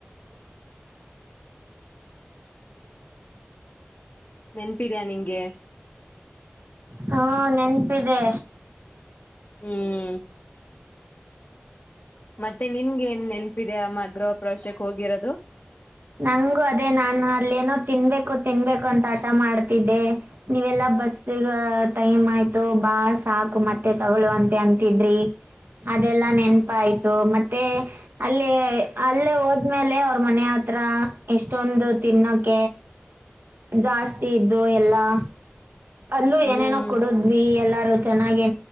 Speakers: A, on the left; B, on the right.
A: ನೆನ್ಪಿದ್ಯಾ ನಿಂಗೆ
B: ಹಾ ನೆನಪಿದೆ
A: ಹ್ಮ್ ಮತ್ತೆ ನಿನ್ಗೆ ನ್ ನೆನಪಿದ ಮಗ್ರೋ ಪ್ರಾಶ್ಯಕ್ ಹೋಗಿರೋದು
B: ನಂಗು ಅದೇ ನಾನು ಅಲ್ಲೇನೋ ತಿನ್ಬೇಕು ತಿನ್ಬೇಕು ಅಂತ ಆಟ ಮಾಡ್ತಿದ್ದೆ ನೀವೆಲ್ಲಾ ಬಸ್ಸಗ ಟೈಮ್ ಆಯ್ತು ಬಾ ಸಾಕು ಮತ್ತೆ ತಗೊಳ್ಳುವ ಅಂತೆ ಅಂತಿದ್ರಿ ಅದೆಲ್ಲಾ ನೆನಪ ಆಯ್ತು ಮತ್ತೆ ಅಲ್ಲಿ ಅಲ್ಲೇ ಹೋದ್ಮೇಲೆ ಅವ್ರ ಮನೆ ಹತ್ರ ಎಷ್ಟೊಂದು ತಿನ್ನೋಕ ಜಾಸ್ತಿ ಇದ್ದು ಎಲ್ಲಾ ಅಲ್ಲೂ
A: ಹ್ಮ್
B: ಏನೇನೋ ಕೊಡುದ್ವಿ ಎಲ್ಲಾರು ಚೆನ್ನಾಗಿ